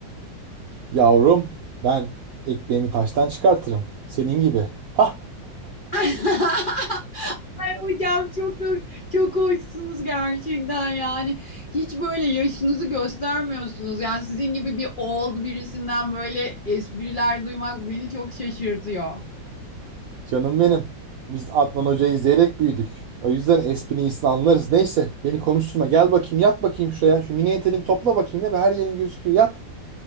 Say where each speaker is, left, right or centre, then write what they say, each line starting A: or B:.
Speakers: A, on the right; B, on the left.
A: Yavrum ben ekmeğimi taştan çıkartırım. Senin gibi. <laughs>
B: <laughs> Ay hocam çok hoş- çok hoşsunuz gerçekten yani. Hiç böyle yaşınızı göstermiyorsunuz. Yani sizin gibi bir old birisinden böyle espriler duymak beni çok şaşırtıyor.
A: Canım benim. Biz Adnan Hoca'yı izleyerek büyüdük. O yüzden esprini iyisini anlarız. Neyse beni konuşturma. Gel bakayım yat bakayım şuraya. Şu mini eteğimi topla bakayım. Ne be her yerin gözüküyor. Yat.